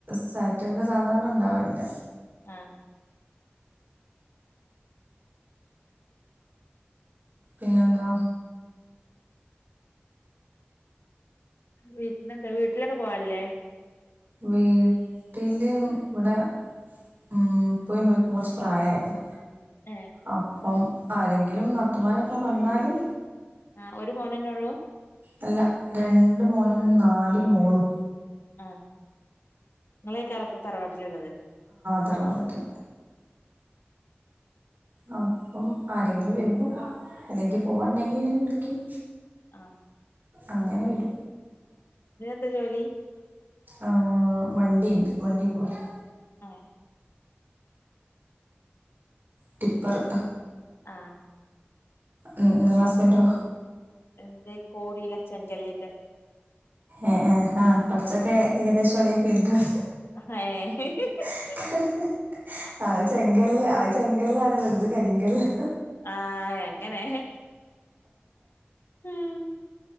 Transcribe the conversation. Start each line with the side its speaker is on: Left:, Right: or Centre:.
Right: സാറ്റർഡേ സാധാരണ ഉണ്ടാവില്ല
Left: ആ
Right: പിന്നെന്താ
Left: വീട്ടിലെന്താ വീട്ടിലൊക്കെ പോവല്ലേ
Right: വീട്ടില് ഇവിടെ ഉം ഉപ്പയും ഉമ്മക്കും കുറച്ച് പ്രായമായതാ
Left: ഏ
Right: അപ്പം ആരെങ്കിലും നാത്തുമാരൊക്കെ വന്നാല്
Left: ആ ഒരു മോനന്നൊള്ളൂ
Right: അല്ല രണ്ട് മോനും നാലും മോളും
Left: ആ ഇങ്ങളേക്കരംപ്പ തറവാട്ടില്ള്ളത്
Right: തറവാട്ടി അപ്പം ആരെങ്കിലും വരുമ്പോ അല്ലെങ്കി പോവാണ്ടെങ്കിൽ അലും വിളിക്കും
Left: ആഹ്
Right: അങ്ങനെ വരും
Left: ന്താ ജോലി
Right: ആഹ് വണ്ടിയിണ്ട് വണ്ടി പോയതാ
Left: ആ
Right: ടിപ്പറ്
Left: ആഹ്
Right: ഉം നിങ്ങളെ ഹസ്ബൻ്റൊ
Left: എന്തേ കോറിലാ ചെങ്കല്ലിന്റെ
Right: ഏഹ് ഏഹ് ആഹ് കൊറ്ച്ചൊക്കെ ഏകദേശം ഒരേ ഫീൽഡാ
Left: ഏഹ് <inaudible>
Right: <inaudible> അത് ചെങ്കല്ല അത് ചെങ്കല്ലാണല്ലോലെ ഇത് കരിങ്കല്ലാ
Left: ആഹ എങ്ങനെ ഉം